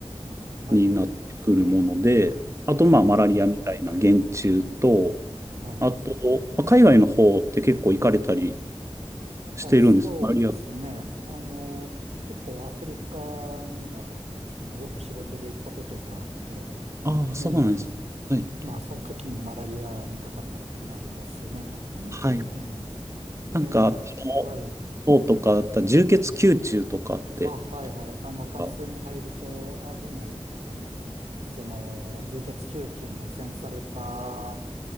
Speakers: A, on the right (about 85°); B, on the right (about 25°).
A: はい、
B: になってくるもので、あと、まあ、マラリアみたいな原虫と、
A: うん、はい。
B: あと、まあ海外の方って結構行かれたりしてるんです。
A: あ、そうですね。
B: マラリア。
A: あの、結構アフリカには、あの、よく仕事で行ったことがあって、
B: ああ、そうなんです。
A: ええ、
B: はい。
A: まあ、その時にマラリアにかかったこともありますね。うん
B: はい。
A: <laughs> ええ、
B: なんか、
A: ええ、
B: あの方とかだったら、
A: はい。
B: 充血球虫とかって、
A: あ、はい、はい。あの、淡水に入ると危ないっていう、
B: あ
A: その、充血集中に汚染された